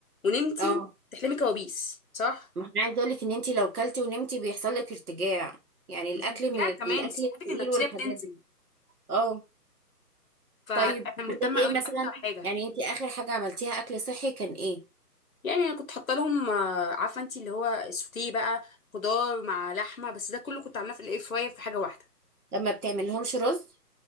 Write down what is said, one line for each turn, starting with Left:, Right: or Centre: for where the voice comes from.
Left: ونمتي
Right: اه
Left: تحلمي كوابيس صح
Right: ما أنا عايزة أقولك إن أنتي لو كلتي ونمتي بيحصل لك ارتجاع يعني الأكل
Left: بس الاتجاه
Right: من الأكل
Left: كمان صحتك
Right: التقيل
Left: النفسيه
Right: والحاجات
Left: بتنزل
Right: دي اه
Left: فانا
Right: طيب
Left: مهتمه
Right: عندك ايه
Left: قوي
Right: مثلا
Left: اكتر حاجه
Right: يعني انت اخر حاجة عملتيها اكل صحي كان ايه
Left: يعني انا كنت حاطه لهم آه، عارفه انت اللي هو السوتيه بقى خضار مع لحمه بس ده كله كنت عاملاه في الاير فراير في حاجه واحده
Right: لما بتعملهمش رز